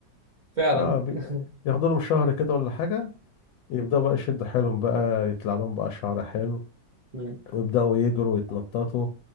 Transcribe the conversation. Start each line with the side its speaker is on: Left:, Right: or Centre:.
Right: فعلا
Left: اه بي...
Right: <laughs>
Left: ياخدوا لهم شهر كده ولا حاجة يبدأوا بقى يشدوا حيلهم بقى يطلع لهم بقى شعر حلو
Right: امم
Left: ويبدأوا يجروا ويتنططوا